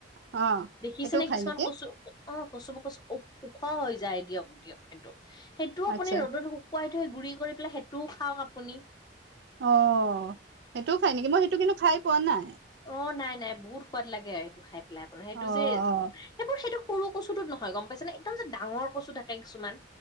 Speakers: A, on the right (about 65°); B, on the left (about 25°).
A: অ
B: দেখিছে
A: সেইটোও
B: নে
A: খাই
B: কিছুমান
A: নেকি
B: কচু অ' কচু মই কচু অক ওখ হৈ যায় দিয়ক দিয়ক সেইটো, সেইটোও আপুনি
A: আচ্ছা
B: ৰ'দত শুকুৱাই থৈ গুৰি কৰি পেলাই তটো খাওক আপুনি।
A: অ' সেইটোও খাই নেকি মই সেইটো কিন্তু খাই পোৱা নাই।
B: অ' নাই নাই বহুত সোৱাদ লাগে আৰু সেইটো খাই পেলাই আপোনাৰ সেইটো
A: অ
B: যে
A: অ
B: সেইবোৰ সেইটো সৰু কচুটোত নহয় গম পাইছে নে একদম যে ডাঙৰ কচু থাকে কিছুমান।